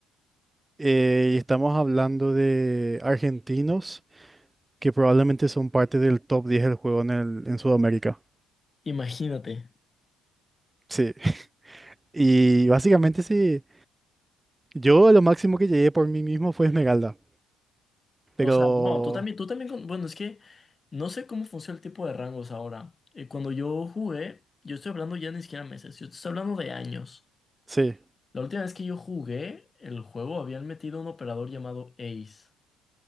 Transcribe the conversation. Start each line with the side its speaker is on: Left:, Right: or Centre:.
Right: Eh, y estamos hablando de argentinos que probablemente son parte del top 10 del juego en, el, en Sudamérica.
Left: Imagínate.
Right: Sí. <laughs> Y básicamente sí, yo lo máximo que llegué por mí mismo fue Esmeralda, pero
Left: O sea, no, tú también, tú también, con- bueno, es que no sé cómo funciona el tipo de rangos ahora. Eh, cuando yo jugué, yo estoy hablando ya ni siquiera meses, yo te estoy hablando de años.
Right: sí.
Left: La última vez que yo jugué el juego habían metido un operador llamado Ace.